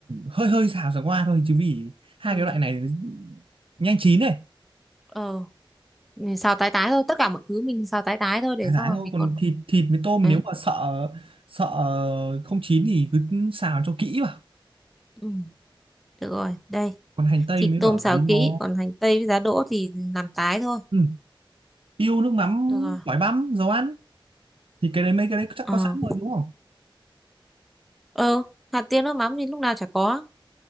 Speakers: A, on the right; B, in the centre.
A: hơi hơi xào sả qua thôi chứ vì hai
B: Ừ.
A: cái loại này nhanh chín này
B: Ờ, mình xào tái tái thôi, tất cả mọi thứ mình xào tái tái thôi để
A: thái
B: xong
A: thái
B: rồi
A: thôi
B: mình
A: còn
B: còn
A: thịt thịt với tôm
B: Đấy,
A: nếu mà sợ sợ không chín thì cứ xào cho kỹ vào
B: Ừ, được rồi, đây,
A: còn hành tây
B: thịt
A: mới
B: tôm
A: bảo
B: xào
A: ấy
B: kỹ,
A: nó
B: còn hành tây với giá đỗ thì làm tái thôi.
A: ừ, tiêu nước mắm
B: Được rồi.
A: tỏi băm dầu ăn thì cái đấy mấy cái đấy chắc
B: Ờ,
A: có sẵn rồi đúng không
B: ờ, hạt tiêu nước mắm thì lúc nào chả có.